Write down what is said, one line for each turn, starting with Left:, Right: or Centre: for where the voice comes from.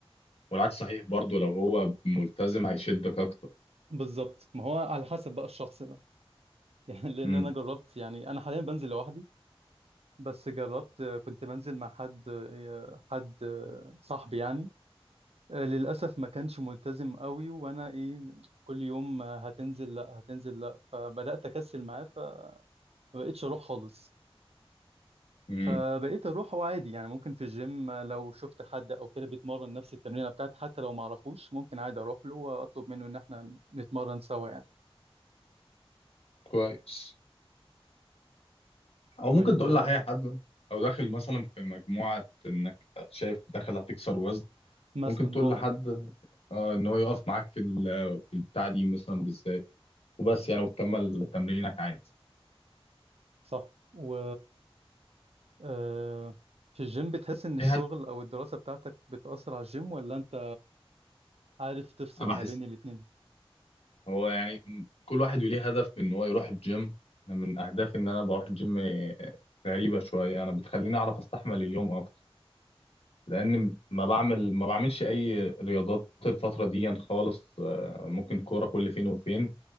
Left: والعكس صحيح برضو لو هو ملتزم هيشدك اكتر
Right: بالظبط ما هو على حسب بقى الشخص ده <laughs> يعني لان
Left: امم
Right: انا جربت يعني انا حاليا بنزل لوحدي بس جربت كنت منزل مع حد حد صاحبي يعني للأسف ما كانش ملتزم قوي وأنا إيه كل يوم هتنزل لأ هتنزل لأ فبدأت أكسل معاه فمبقتش أروح خالص
Left: امم
Right: فبقيت أروح وعادي يعني ممكن في الجيم لو شفت حد أو كده بيتمرن نفس التمرينة بتاعتي حتى لو معرفوش ممكن عادي أروح له وأطلب منه إن إحنا نتمرن سوا يعني
Left: كويس او
Right: وال
Left: ممكن تقول لأي حد او داخل مثلا في مجموعة انك شايف داخل هتكسر وزن
Right: مثلا
Left: ممكن
Right: ممكن
Left: تقول لحد اه ان هو يقف معاك في ال- في البتاع دي مثلا بالذات وبس يعني وتكمل تمرينك عادي
Right: صح و آه، في الجيم بتحس إن الشغل
Left: ايه هدف
Right: أو الدراسة بتاعتك بتأثر على الجيم ولا أنت عارف تفصل
Left: انا
Right: ما
Left: بحس
Right: بين الاتنين؟
Left: هو يعني م- كل واحد ليه هدف ان هو يروح الجيم أنا من اهدافي ان انا بروح الجيم آه، غريبة شوية انا بتخليني اعرف استحمل اليوم اكتر لان ما بعمل ما بعملش اي رياضات الفتره دي يعني خالص آه، ممكن كوره كل فين وفين